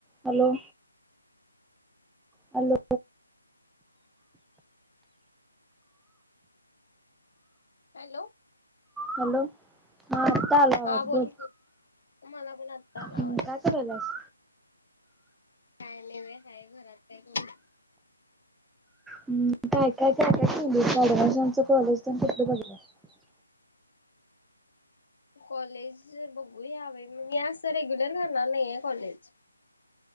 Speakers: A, in the centre; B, on the left.
A: हॅलो. हॅलो.
B: हॅलो.
A: हॅलो. हा आता आला आवाज
B: हा
A: बोल,
B: की मला पण आत्ता आला
A: काय
B: आवाज
A: करायलास?
B: काय नाही हाय घरात काय करू.
A: हम काय काय झालं केलीस, ऍडमिशन कॉलेजची तेन कुठलं बघितल्यास?
B: कॉलेज बघू यावेळी, मी असं रेग्युलर करणार नाही आहे कॉलेज.